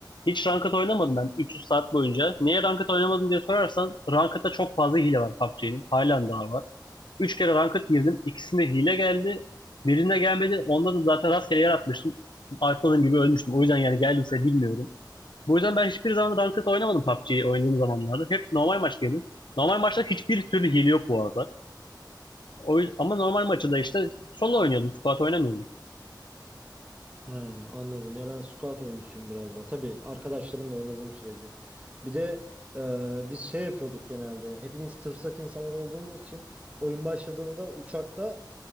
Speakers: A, on the left; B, on the right.
A: Hiç ranked oynamadım ben 300 saat boyunca. Niye ranked oynamadım diye sorarsan ranked'da çok fazla hile var PUBG'nin. Halen daha var. 3 kere ranked girdim. İkisinde hile geldi. Birine gelmedi. Onda da zaten rastgele yer atmıştım. Atladığım gibi ölmüştüm. O yüzden yani geldiyse bilmiyorum. Bu yüzden ben hiçbir zaman ranked oynamadım PUBG'yi oynadığım zamanlarda. Hep normal maç yedim. Normal maçta hiçbir türlü hile yok bu arada. O yüzden, ama normal maçta da işte solo oynuyordum. Squad oynamıyordum.
B: He, anladım. Ya ben squat oyuncusuyum biraz daha. Tabii arkadaşlarımla oynadığım sürece. Bir de e, biz şey yapıyorduk genelde. Hepimiz tırsak insanlar olduğumuz için oyun başladığında uçakta